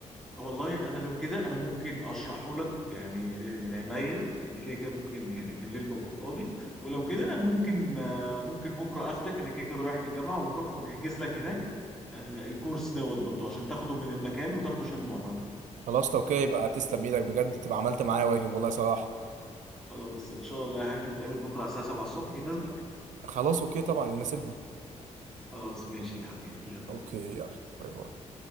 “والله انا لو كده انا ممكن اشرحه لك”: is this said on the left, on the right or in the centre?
Centre